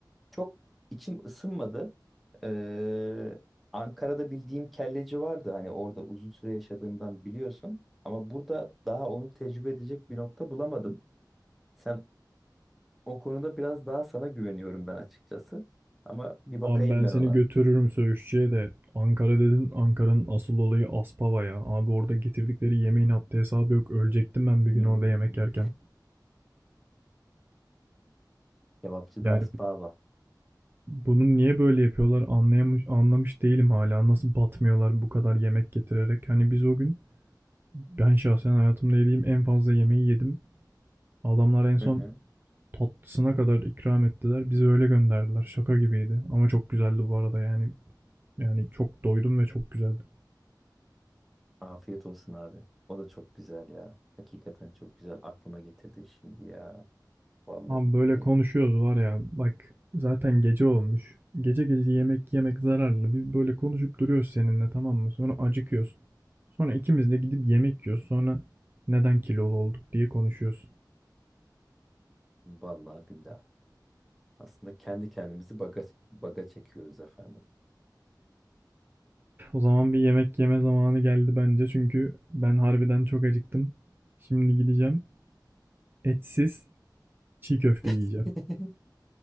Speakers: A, in the centre; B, on the right.
A: Çok içim ısınmadı. Ee, Ankara'da bildiğim kelleci vardı. Hani orada uzun süre yaşadığımdan biliyorsun. Ama burada daha onu tecrübe edecek bir nokta bulamadım. Sen o konuda biraz daha sana güveniyorum ben açıkçası. Ama bir bakayım
B: Abi ben
A: ben
B: seni
A: ona.
B: götürürüm söğüşçüye de. Ankara dedin, Ankara'nın asıl olayı Aspava ya. Abi orada getirdikleri yemeğin haddi hesabı yok. Ölecektim ben
A: Hmm.
B: bir gün orada yemek yerken.
A: Kebapçı
B: Yani
A: da Aspava.
B: bunu niye böyle yapıyorlar anlayamış, anlamış değilim hala. Nasıl batmıyorlar bu kadar yemek getirerek. Hani biz o gün ben şahsen hayatımda yediğim en fazla yemeği yedim. Adamlar en son
A: Hı hı.
B: tatlısına kadar ikram ettiler. Bizi öyle gönderdiler. Şaka gibiydi. Ama çok güzeldi bu arada yani. Yani çok doydum ve çok güzeldi.
A: Afiyet olsun abi. O da çok güzel ya. Hakikaten çok güzel. Aklıma getirdin şimdi ya. Vallahi
B: Abi böyle
A: billahi.
B: konuşuyoruz var ya bak zaten gece olmuş. Gece gece yemek yemek zararlı. Biz böyle konuşup duruyoruz seninle tamam mı? Sonra acıkıyoruz. Sonra ikimiz de gidip yemek yiyoruz. Sonra neden kilolu olduk diye konuşuyoruz.
A: Vallahi billahi. Aslında kendi kendimizi baga, baga çekiyoruz efendim.
B: O zaman bir yemek yeme zamanı geldi bence çünkü ben harbiden çok acıktım. Şimdi gideceğim etsiz çiğ köfte
A: <laughs>
B: yiyeceğim.